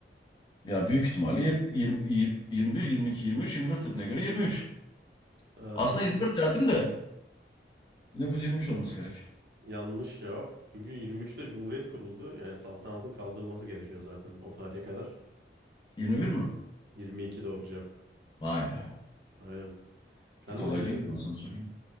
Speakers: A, on the left; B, on the right.
A: Ya büyük ihtimalle yir- yirmi- yirmi bir, yirmi iki, yirmi üç, yirmi dört dediğine göre 23.
B: Aa,
A: Aslında 24 derdim de 1923 olması gerek.
B: yanlış cevap. Çünkü 23'te Cumhuriyet kuruldu. Yani saltanatın kaldırılması gerekiyor zaten o tarihe kadar.
A: 21 mi?
B: 22 doğru cevap.
A: Vay be.
B: Aynen. Sen
A: Bu kolay
B: de bilemedin.
A: değildi ben sana söyleyeyim.